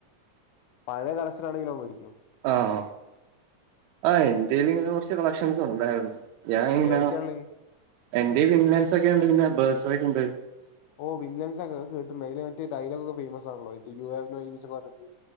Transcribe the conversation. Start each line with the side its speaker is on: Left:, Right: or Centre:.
Left: പഴെ കറക്ശനാണെങ്കി ഓം വേടിക്കും
Right: ആഹ് ആഹ് എന്റേൽ ഇങ്ങനെ കൊറച്ച് കളക്ഷൻസ് ഇണ്ടായിരുന്നു. ഞാൻ ഇങ്ങന
Left: ഏതൊക്കെയാള്ളേ
Right: എന്റെ ഫിൻലാന്ഡ്സ് ഒക്കെ ഉണ്ട് പിന്നെ ബേർസ്ബേഗ് ഒക്കെ ഉണ്ട്
Left: ഓ വിൻലൻസ്ക്കെ കേട്ടുണ്ട് അതി മറ്റേ ഡയലോഗ് <inaudible> ഒക്കെ ഫേമസാണല്ലോ ആണോ യസ്ഞ്ഞണ്ട്